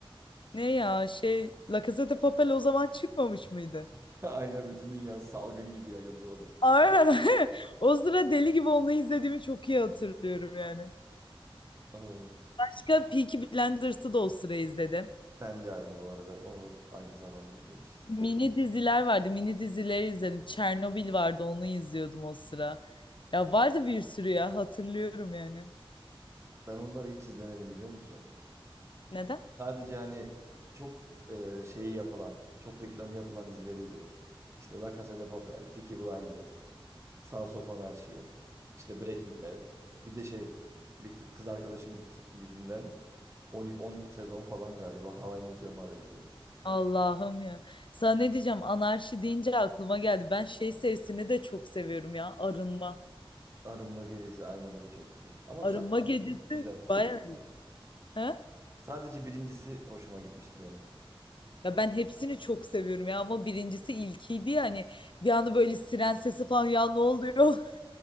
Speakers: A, on the left (about 60°); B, on the right (about 30°).
A: Ne ya şey La Casa de Papel o zaman çıkmamış mıydı?
B: <laughs> Aynen bütün dünya salgın gibi yayıldı o da.
A: Aynen. <laughs> O sıra deli gibi onu izlediğimi çok iyi hatırlıyorum yani.
B: Ay.
A: Başka Peaky Blinders'ı da o sıra izledim.
B: Ben de aynı bu arada. Onu aynı zamanda izlemişiz.
A: Mini diziler vardı. Mini dizileri izledim. Çernobil vardı. Onu izliyordum o sıra. Ya vardı bir sürü ya. Hatırlıyorum yani.
B: Ben onları hiç izlemedim biliyor musun?
A: Neden?
B: Sadece hani çok e, şeyi yapılan, çok reklamı yapılan dizileri izledim. İşte La Casa de Papel, Peaky Blinders, Sons of Anarchy, işte Breaking Bad. Bir de şey, bir kı- kız arkadaşım yüzünden 10, 10 sezon falan galiba How I Met Your Mother izledim.
A: Allah'ım ya. Sana ne diyeceğim? Anarşi deyince aklıma geldi. Ben şey serisini de çok seviyorum ya. Arınma.
B: Arınma Gecesi aynen o da çok güzel. Ama
A: Arınma
B: sadece
A: gecesi
B: güzel gibi
A: bayağı
B: geliyor
A: iyi.
B: bana.
A: Ha?
B: Sadece birincisi hoşuma gitmişti benim.
A: Ya ben hepsini çok seviyorum ya ama birincisi ilkiydi ya hani bir anda böyle siren sesi falan ya ne oluyor? <laughs>